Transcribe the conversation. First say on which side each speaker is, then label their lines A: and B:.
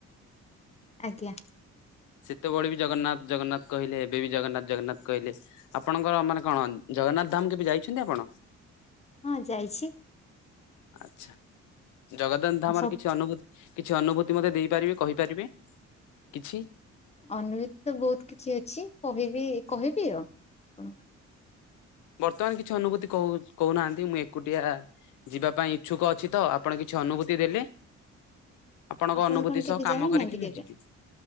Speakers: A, on the left; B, on the left.
A: ଆଜ୍ଞା।
B: ସେତେବେଳେ ବି ଜଗନ୍ନାଥ, ଜଗନ୍ନାଥ କହିଲେ ଏବେ ବି ଜଗନ୍ନାଥ, ଜଗନ୍ନାଥ କହିଲେ। ଆପଣଙ୍କର ମାନେ କଣ, ଜଗନ୍ନାଥ ଧାମ କେବେ ଯାଇଛନ୍ତି ଆପଣ?
A: ହଁ ଯାଇଛି।
B: ଆଛା, ଜଗଧାନ୍ ଧାମର
A: ସବୁ
B: କିଛି ଅନୁଭୂତି। କିଛି, ଅନୁଭୂତି ମତେ ଦେଇପାରିବେ, କହିପାରିବେ କିଛି?
A: ଅନଭୁତି ତ ବହୁତ କିଛି ଅଛି। କହିବି କହିବି ଆଉ, ଆପଣଙ୍କୁ।
B: ବର୍ତ୍ତମାନ କିଛି ଅନୁଭୂତି କହୁ କହୁନାହାଁନ୍ତି, ମୁଁ ଏକୁଟିଆ ଯିବା ପାଇଁ ଇଛୁକ ଅଛି ତ! ଆପଣ କିଛି ଅନୁଭୂତି ଦେଲେ ଆପଣଙ୍କ
A: ଆପଣ
B: ଅନୁଭୂତି
A: କଣ କେବେ
B: ସହ କାମ
A: ଯାଇନାହାନ୍ତି
B: କରିକି ମୁଁ
A: କେବେ
B: ଯିବି।